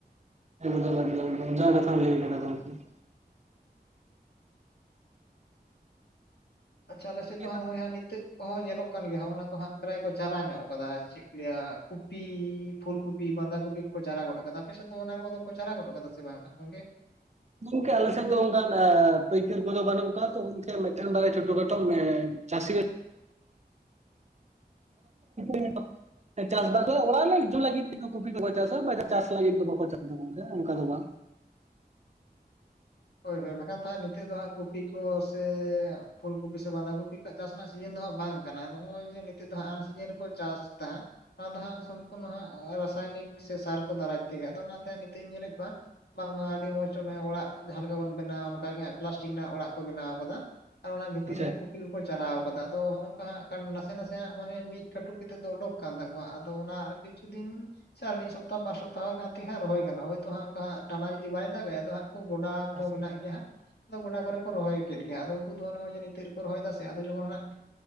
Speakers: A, on the right; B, on the left.
A: ᱮᱠᱫᱟᱢ ᱮᱠᱫᱟᱢ ᱡᱟ ᱠᱟᱛᱷᱟᱢ ᱞᱟᱹᱭ ᱠᱟᱫᱟ ᱜᱚᱢᱠᱮ᱾
B: ᱟᱪᱪᱷᱟ ᱚᱞᱮ ᱥᱮᱡ ᱫᱚ
A: ᱠᱟᱛᱷᱟ
B: ᱦᱟᱸᱜ ᱱᱚᱜᱼᱚᱭ ᱱᱤᱛᱚᱜ ᱠᱚᱦᱚᱸ ᱧᱮᱞᱚᱜ ᱠᱟᱱ ᱜᱮᱭᱟ ᱚᱱᱟ ᱠᱚ ᱦᱟᱸᱜ ᱯᱨᱟᱭ ᱠᱚ ᱪᱟᱨᱟ ᱧᱚᱜ ᱟᱠᱟᱫᱟ ᱪᱮᱫ ᱠᱚ ᱞᱟᱹᱭᱟ ᱠᱚᱯᱤ ᱯᱷᱩᱞ ᱠᱚᱯᱤ ᱵᱟᱸᱫᱷᱟ ᱠᱚᱯᱤ ᱠᱚ ᱪᱟᱨᱟ ᱜᱚᱫᱚᱜ ᱟᱠᱟᱫᱟ᱾ ᱟᱯᱮᱥᱮᱱ ᱫᱚ ᱚᱱᱟ ᱠᱚᱫᱚ ᱠᱚ ᱪᱟᱨᱟ ᱜᱚᱫ ᱟᱠᱟᱫᱟ ᱥᱮ ᱵᱟᱝ ᱦᱟᱸᱜ ᱜᱚᱝᱠᱮ?
A: ᱜᱚᱝᱠᱮ ᱟᱞᱮᱥᱮᱫ ᱫᱚ ᱚᱱᱠᱟᱱ ᱯᱟᱹᱭᱠᱟᱹᱨ ᱠᱚᱫᱚ ᱵᱟᱹᱱᱩᱜ ᱠᱚᱣᱟ ᱛᱚ᱾ᱩᱱᱠᱮ ᱢᱤᱫᱴᱮᱱ ᱵᱟᱨᱭᱟ ᱪᱷᱳᱴᱳ ᱠᱷᱟᱴᱳ ᱪᱟᱹᱥᱤ <unintelligible> ᱪᱟᱥ ᱵᱟᱥ ᱚᱲᱟᱜ ᱨᱮ ᱡᱚᱢ ᱞᱟᱹᱜᱤᱫ ᱠᱩᱯᱤ ᱫᱚᱠᱚ ᱪᱟᱥᱟ᱾ᱪᱟᱥ ᱞᱟᱹᱜᱤᱫ ᱫᱚ ᱵᱟᱠᱚ ᱪᱟᱥᱟ ᱜᱚᱝᱠᱮ ᱚᱱᱠᱟ ᱫᱚ ᱵᱟᱝ
B: ᱦᱳᱭ ᱦᱳᱭ᱾ᱵᱟᱠᱷᱟᱱ ᱛᱚ ᱦᱟᱸᱜ ᱱᱤᱛᱚᱜ ᱫᱚ ᱦᱟᱸᱜ ᱠᱚᱯᱤ ᱠᱚ ᱥᱮ ᱯᱷᱩᱞ ᱠᱚᱯᱤ ᱥᱮ ᱵᱟᱸᱫᱷᱟ ᱠᱚᱯᱤ ᱠᱚ ᱪᱟᱥ ᱨᱮᱱᱟᱜ ᱥᱤᱡᱤᱱ ᱫᱚ ᱦᱟᱸᱜ ᱵᱟᱝ ᱠᱟᱱᱟ᱾ ᱱᱚᱜᱼᱚᱭ ᱡᱮ ᱱᱤᱛᱚᱜ ᱫᱚ ᱦᱟᱸᱜ ᱟᱱᱥᱤᱡᱤᱱ ᱨᱮᱠᱚ ᱪᱟᱥ ᱛᱟᱦᱮᱫ ᱚᱱᱟ ᱫᱚ ᱦᱟᱸᱜ ᱥᱚᱢᱯᱩᱨᱱᱚ ᱦᱟᱸᱜ ᱨᱟᱥᱟᱭᱱᱤᱠ ᱥᱮ ᱥᱟᱨ ᱠᱚ ᱫᱟᱨᱟᱭ ᱛᱮᱜᱮ᱾ ᱟᱫᱚ ᱚᱱᱟᱛᱮ ᱦᱟᱸᱜ ᱱᱤᱛᱚᱜ ᱤᱧ ᱧᱮᱞᱮᱫ ᱠᱚᱣᱟ ᱵᱟᱝᱢᱟ ᱟᱹᱰᱤ ᱢᱚᱸᱡᱽ ᱚᱱᱮ ᱚᱲᱟᱜ ᱡᱟᱦᱟᱸ ᱞᱮᱠᱟ ᱵᱚᱱ ᱵᱮᱱᱟᱣᱟ ᱚᱱᱠᱟᱜᱮ ᱦᱟᱸᱜ ᱯᱞᱟᱥᱴᱤᱠ ᱨᱮᱱᱟᱜ ᱚᱲᱟᱜ ᱠᱚ ᱵᱮᱱᱟᱣ ᱟᱠᱟᱫᱟ ᱟᱨ ᱚᱱᱟ ᱵᱷᱤᱛᱤᱨ
A: ᱟᱪᱪᱷᱟ
B: ᱨᱮ ᱦᱟᱸᱜ ᱠᱚ ᱠᱚᱯᱤ ᱠᱚᱠᱚ ᱪᱟᱞᱟᱣ ᱠᱟᱫᱟ᱾ ᱟᱫᱚ ᱱᱚᱜᱼᱚ ᱱᱚᱠᱟ ᱦᱟᱸᱜ ᱱᱟᱥᱮ ᱱᱟᱥᱮ ᱦᱟᱸᱜ ᱢᱟᱱᱮ ᱢᱤᱫ ᱠᱟᱹᱴᱩᱵ ᱠᱟᱛᱮᱫ ᱫᱚ ᱚᱰᱳᱠ ᱟᱠᱟᱱ ᱛᱟᱠᱚᱣᱟ ᱟᱫᱚ ᱚᱱᱟ ᱠᱤᱪᱷᱩ ᱫᱤᱱ ᱥᱮ ᱟᱨ ᱢᱤᱫ ᱥᱚᱯᱛᱟᱦ ᱵᱟᱨ ᱥᱚᱯᱛᱟᱦ ᱦᱚᱸ ᱜᱟᱱ ᱛᱮ ᱜᱮ ᱦᱟᱸᱜ ᱨᱚᱦᱚᱭ ᱜᱟᱱᱚᱜᱼᱟ᱾ ᱦᱚᱭᱛᱚ ᱦᱟᱸᱜ ᱚᱱᱠᱟᱸ ᱴᱟᱱᱟ ᱡᱩᱫᱤ ᱵᱟᱭ ᱫᱟᱜᱟᱭ ᱟᱫᱚ ᱦᱟᱸᱜ ᱠᱚ ᱜᱚᱰᱟ ᱠᱚ
A: ᱟᱪᱪᱷᱟ
B: ᱢᱮᱱᱟᱜ
A: ᱟᱪᱪᱷᱟ ᱟᱪᱪᱷᱟ
B: ᱜᱮᱭᱟ ᱦᱟᱸᱜ᱾ ᱟᱫᱚ ᱜᱚᱰᱟ ᱠᱚᱨᱮ ᱠᱚ ᱨᱚᱦᱚᱭ ᱠᱮᱫ ᱜᱮ᱾ ᱟᱫᱚ ᱩᱱᱠᱩ ᱫᱚ ᱱᱚᱜᱼᱚᱭ ᱡᱮ ᱱᱤᱛᱚᱜ ᱨᱮᱠᱚ ᱨᱚᱦᱚᱭ ᱫᱟ ᱥᱮ ᱟᱫᱚ ᱡᱚᱠᱷᱚᱱ ᱦᱟᱸᱜ